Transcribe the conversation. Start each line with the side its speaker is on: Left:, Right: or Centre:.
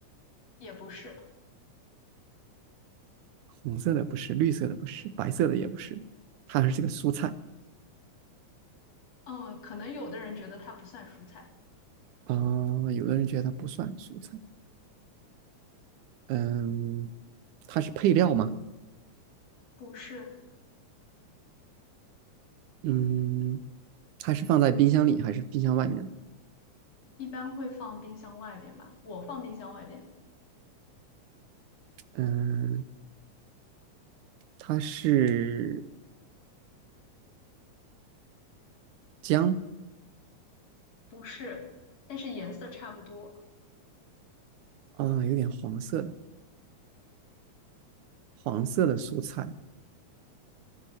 Left: 也不是。
Right: 红色的不是，绿色的不是，白色的也不是，它还是个蔬菜
Left: 嗯，可能有的人觉得它不算蔬菜，
Right: 啊、呃有的人觉得它不算蔬菜，嗯，它是配料吗？
Left: 不是，
Right: 嗯，它是放在冰箱里还是冰箱外面
Left: 一般会放冰箱外边吧？我放冰箱外边，
Right: 嗯，它是姜
Left: 不是，但是颜色差不多，
Right: 啊、呃有点黄色的，黄色的蔬菜。